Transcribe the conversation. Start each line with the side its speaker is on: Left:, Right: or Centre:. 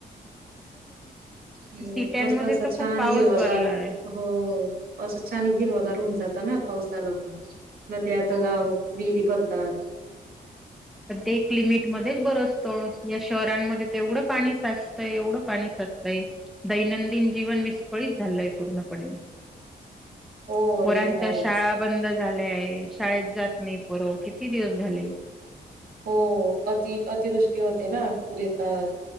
Centre: <unintelligible>
Right: हो
Centre: सिट्यांमध्ये
Right: मस्त असं
Centre: तर
Right: छान
Centre: खूप पाऊस
Right: हिरवगार
Centre: भरलाय
Right: हो असं छान हिरवगार होऊन जातं ना पाऊस आला का. नद्या,
Centre: हो.
Right: तलाव, विहिरी भरतात.
Centre: पण ते एक लिमिटमध्येच बर असतं. या शहरांमध्ये तर एवढं पाणी साचतंय, एवढं पाणी साचतंय दैनंदिन जीवन विसफळीत झालाय पुर्ण पाने.
Right: हो
Centre: पोरांच्या
Right: हे तर आहेच
Centre: शाळा. बंद झालं आहे शाळेत जात नाही पर किती दिवस झाले.
Right: हो अति अतिवृष्टी होते ना पूर येतात.